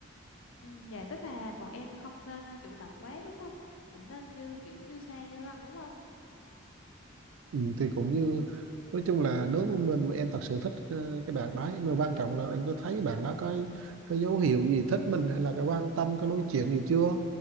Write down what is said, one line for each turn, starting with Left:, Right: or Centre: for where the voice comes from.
Left: ừ, dạ tức là bọn em không nên ờ, chủ động quá đúng không cũng nên như kiểu như xa như gần đúng không
Right: ừ, thì cũng như nói chung là nếu mà mình mà em thật sự thích ờ, cái bạn đấy mà quan trọng là em có thấy bạn đó có cái dấu hiệu gì thích mình hay là cái quan tâm có nói chuyện gì chưa